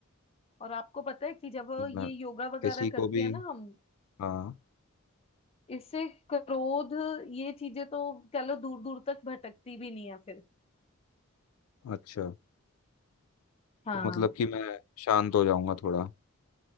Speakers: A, on the left (about 25°); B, on the left (about 85°).
A: और आपको पता है कि जब ये
B: मैं
A: योगा वगैरह
B: किसी को
A: करते
B: भी
A: हैं ना हम
B: हाँ
A: इससे क्रोध ये चीजें तो कह लो दूर दूर तक भटकती भी नहीं है फिर
B: अच्छा
A: हाँ
B: तो मतलब कि मैं शांत हो जाऊंगा थोड़ा